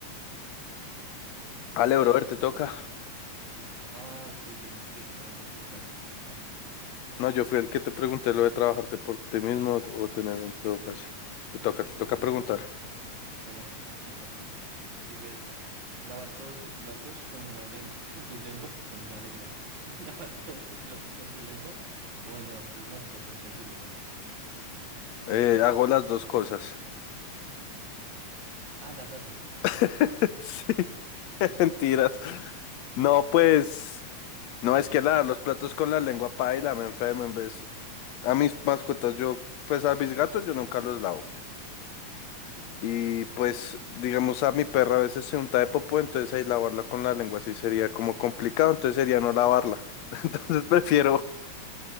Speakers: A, on the left; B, on the right.
A: Ale,
B: Dale,
A: brother,
B: le-
A: te
B: te
A: toca.
B: toca. Ah, ok, yo me quedé esperando si era a ti.
A: No, yo fui el que te pregunté lo de trabajarte por ti mismo o tener un empleo fácil. Te toca, te
B: Sí,
A: toca
B: tienes
A: preguntar.
B: razón. Tienes razón, tienes razón. Sigue esta. Lavar todos tus platos con una lengua, <laughs> con tu lengua, con una lengua. <laughs> Lavar todos tus platos con tu lengua o bañar tus mascotas con tu lengua.
A: Eh, hago las dos cosas.
B: Ah, las haces,
A: <laughs> Sí, <laughs> mentiras. No, pues, no es que lavar los platos con la lengua paila, me enfermo en vez. A mis mascotas, yo, pues a mis gatos yo nunca los lavo. Y pues, digamos, a mi perra a veces se unta de popó, entonces ahí lavarla con la lengua sí sería como complicado, entonces sería no lavarla. <laughs> Entonces prefiero